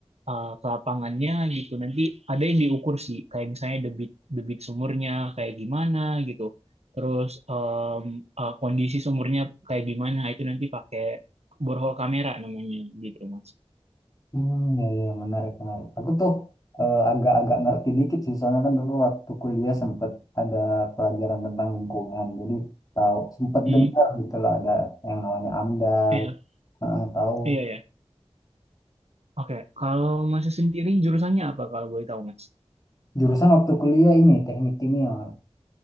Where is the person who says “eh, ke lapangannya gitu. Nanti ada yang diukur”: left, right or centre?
Right